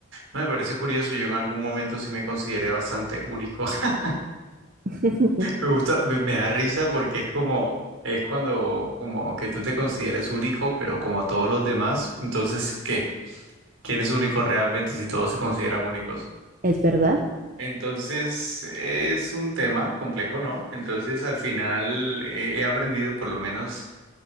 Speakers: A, on the right (about 75°); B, on the right (about 40°).
A: me parece curioso. Yo en algún momento sí me consideré bastante único. <laughs>
B: <laughs>
A: Me gusta, me, me da risa porque es como, es cuando, como que tú te consideres único, pero como a todos los demás. Entonces, ¿qué? ¿Quién es único realmente si todos se consideran únicos?
B: ¿Es verdad?
A: Entonces es un tema complejo, ¿no? Entonces al final eh, he aprendido, por lo menos